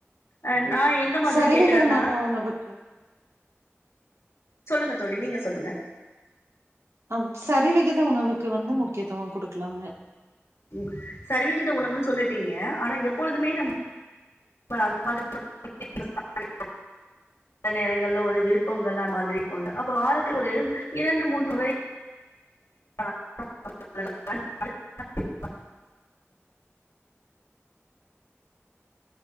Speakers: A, on the left; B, on the right.
A: அஹ் நான் எந்த மாதிரி
B: சரிவிகிதமான
A: கேக்குறேன்னா
B: உணவுக்கு
A: சொல்லுங்க தோளி நீங்க சொல்லுங்க
B: ஆஹ் சரிவிகித உணவுக்கு வந்து முக்கியத்துவொ குடுக்கலாங்க
A: ம் சரிவிகித உணவுன்னு சொல்லிடிங்க ஆனா எப்பொழுதுமே நம் <unintelligible> பல நேரங்கள்ல ஒரு விருப்பங்கள் மாதிரிக்கும்ல அப்ப வாரத்து ஒரு இரண்டு மூன்றுமுறை <unintelligible>